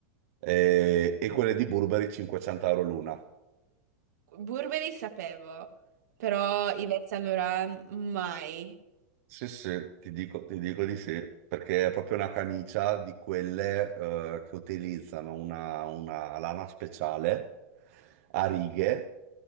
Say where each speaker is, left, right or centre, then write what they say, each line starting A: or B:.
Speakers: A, on the right; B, on the right.
A: E, e quelle di Burberry 500 euro l'una.
B: Burberry sapevo, però Yves Saint Laurent mai.
A: Sì, sì, ti dico, ti dico di sì, perché è proprio una camicia di quelle eh, che utilizzano una, una lana speciale a righe